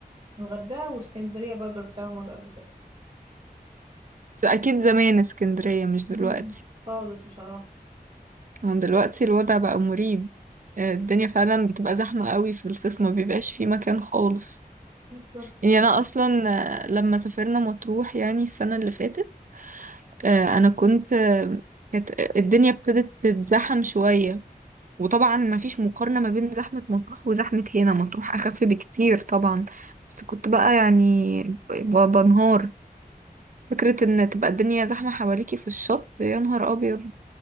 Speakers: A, on the right; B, on the right.
A: الغردقه واسكندريه برضو رحتها مره قبل كده
B: فأكيد زمان اسكندرية مش
A: مم.
B: دلوقتي
A: خالص بصراحه
B: هم دلوقتي الوضع بقى مريب آه، الدنيا فعلا بتبقى زحمة قوي في الصيف ما بيبقاش فيه مكان خالص
A: بالظبط
B: يعني أنا أصلا آه، لما سافرنا مطروح يعني السنة اللي فاتت آه، أنا كنت آه، كانت آه، الدنيا ابتدت تتزحم شوية وطبعا ما فيش مقارنة ما بين زحمة مطروح وزحمة هنا مطروح أخف بكتير طبعا بس كنت بقى يعني ب- بنهار فكرة ان تبقى الدنيا زحمة حواليكي في الشط يا نهار ابيض